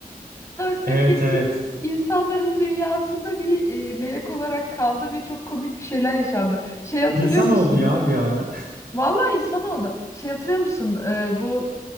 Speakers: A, on the left; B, on the right.
A: Dolayısıyla
B: Evet
A: Castiel
B: evet.
A: insanların dünyasında bir e, melek olarak kaldı ve çok komik bir şeyler yaşandı. Şey hatırlıyor
B: İnsan
A: musun?
B: oldu ya bir ara.
A: Vallahi insan oldu. Şey hatırlıyor musun? E, bu